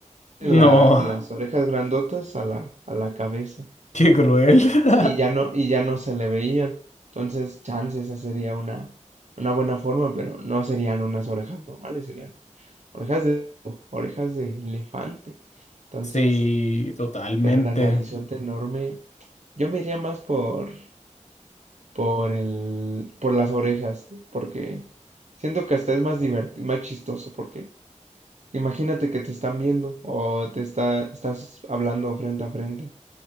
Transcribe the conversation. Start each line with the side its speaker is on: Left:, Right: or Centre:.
Right: la-
Left: No,
Right: las orejas grandotas a la, a la cabeza.
Left: qué cruel. <laughs>
Right: y ya no, y ya no se le veían. Entonces, chance, esa sería una, una buena forma, pero no serían unas orejas normales, serían orejas de, orejas de elefante. Entonces,
Left: Sí, totalmente.
Right: pero la narizota enorme, yo me iría más por, por el, por las orejas, porque siento que hasta es más divertido, más chistoso, porque imagínate que te están viendo o te está, estás hablando frente a frente.